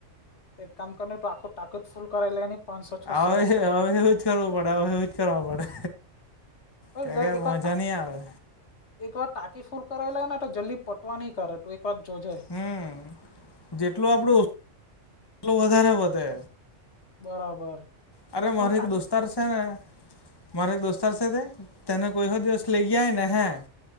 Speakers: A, on the left; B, on the left.
A: તો એક કામ કરીને તું આખું ટાંકુ જ ફૂલ કરાવી લેની પાંચસો છસો
B: હા એટલે
A: રૂપિયાનું
B: હવે એવું જ કરવું પડે હવે એવું જ કરવા પડે. કેમ
A: એક વાર
B: કે મજા ની આવે.
A: એક વાર ટાંકી ફુલ કરાવી લેને તો, જલ્દી પટવા ની કરે તું એક વાર જોજે.
B: હમમ, જેટલુ આપણું એટલુ વધારે વધે.
A: બરાબર. આપડે
B: અરે
A: ફૂલ
B: મારો
A: ટાંકી
B: એક દોસ્તાર સે, ને મારો એક દોસ્તાર છે તે, તેને કોઈ હો દિવસ લઇ ગિયા હોય ને હે